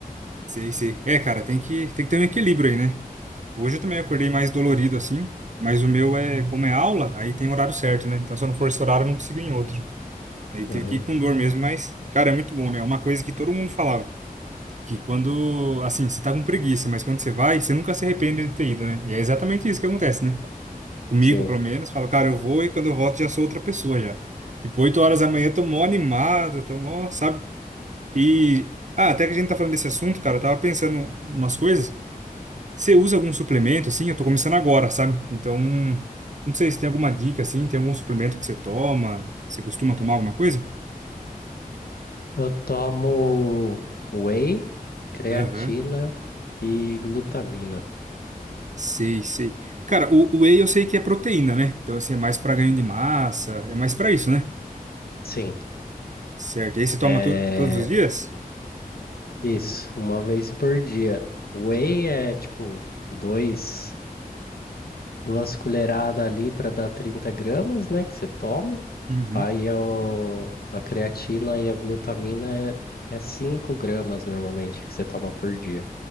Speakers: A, on the right (about 50°); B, on the left (about 80°).
A: Sei, sei. É, cara, tem que, tem que ter um equilíbrio aí, né? Hoje eu também acordei mais dolorido assim, mas o meu é, como é aula, aí tem horário certo, né? Então se eu não for esse horário, eu não consigo ir em outro. Aí
B: Aham.
A: tive que ir com dor mesmo, mas, cara, é muito bom, né? É uma coisa que todo mundo falava. Que quando, assim, você tá com preguiça, mas quando você vai, você nunca se arrepende de ter ido, né? E é exatamente isso que acontece, né? Comigo,
B: Sim.
A: pelo menos, falo, cara, eu vou e quando eu volto já sou outra pessoa já. Tipo, 8 horas da manhã eu tô mó animado, eu tô mó, sabe? E, ah, até que a gente tá falando desse assunto, cara, eu tava pensando umas coisas. Você usa algum suplemento, assim? Eu tô começando agora, sabe? Então, não sei se tem alguma dica, assim, tem algum suplemento que você toma? Você costuma tomar alguma coisa?
B: Eu tomo whey, creatina
A: Aham.
B: e glutamina.
A: Sei, sei. Cara, o, o whey eu sei que é proteína, né? Então, assim, é mais pra ganho de massa, é mais pra isso, né?
B: Sim.
A: Certo. E aí você toma
B: é,
A: to- todos os dias?
B: Isso, uma vez por dia. Whey é tipo dois, duas colheradas ali para dar 30 gramas, né? Que você toma.
A: Uhum.
B: Aí a o- a creatina e a glutamina é, é 5 gramas normalmente que você toma por dia.